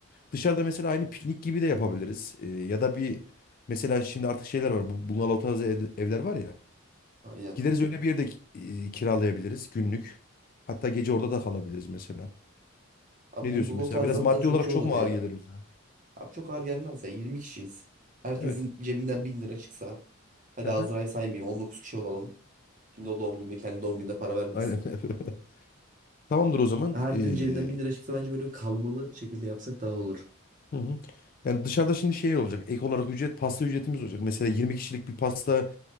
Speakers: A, on the left; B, on the right.
A: Dışarıda mesela aynı piknik gibi de yapabiliriz. Ee, ya da bir mesela şimdi artık şeyler var. Bu bungalov tarzı ev- evler var ya.
B: Aynen.
A: Gideriz öyle bir yerde ki- e, kiralayabiliriz günlük. Hatta gece orada da kalabiliriz mesela.
B: Abi
A: Ne
B: bungalov
A: diyorsun mesela?
B: tarzı
A: Biraz
B: hatta
A: maddi
B: çok
A: olarak
B: iyi
A: çok
B: olur
A: mu
B: ya.
A: ağır gelir bize?
B: Abi çok ağır gelmez ya. yirmi kişiyiz. Herkesin
A: Evet.
B: cebinden 1000 lira çıksa. Hadi
A: Hı hı.
B: Azra'yı saymayayım. on dokuz kişi olalım. Şimdi o doğum gününde kendi doğum gününe para vermesin.
A: Aynen. <laughs> Tamamdır o zaman.
B: Herkesin
A: Ee,
B: cebinden 1000 lira çıksa bence böyle kalmalı şekilde yapsak daha olur.
A: hı hı. Yani dışarıda şimdi şey olacak. Ek olarak ücret pasta ücretimiz olacak. Mesela 20 kişilik bir pasta